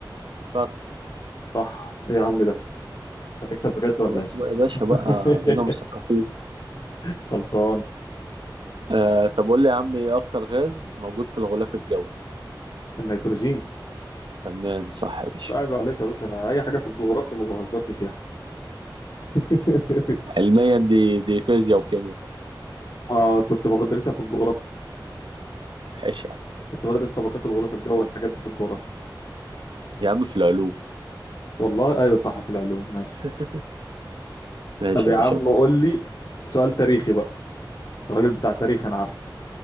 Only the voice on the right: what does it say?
الفخذ
خلاص بقى يا باشا بقى
بقينا مثقفين
آه طب قول لي يا عم ايه اكتر غاز موجود في الغلاف الجوي
فنان صح يا باشا
علميا دي دي فيزياء وكيمياء
ماشي يا عم
يا عم في العلوم
<laughs> ماشي
يا باشا